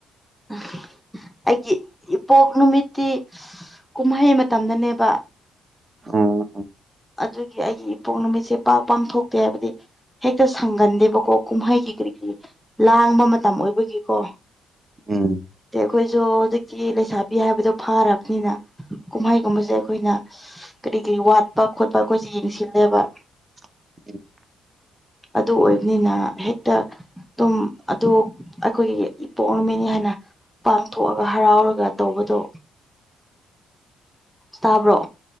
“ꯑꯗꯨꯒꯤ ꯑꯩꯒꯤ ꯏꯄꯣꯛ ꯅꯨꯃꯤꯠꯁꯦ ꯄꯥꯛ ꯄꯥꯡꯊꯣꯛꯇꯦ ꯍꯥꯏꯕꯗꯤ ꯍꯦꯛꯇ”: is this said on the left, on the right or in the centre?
Centre